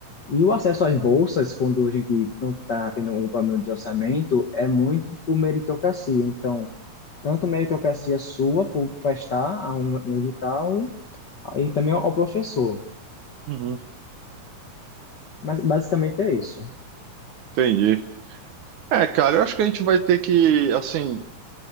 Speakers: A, on the left (about 55°); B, on the right (about 70°).
A: E o acesso às bolsas, quando a gente não está tendo um problema de orçamento, é muito por meritocracia. Então, tanto meritocracia sua por prestar a um, um edital, e também ao ao professor.
B: Uhum,
A: Mas basicamente é isso.
B: entendi. É, cara, eu acho que a gente vai ter que, assim,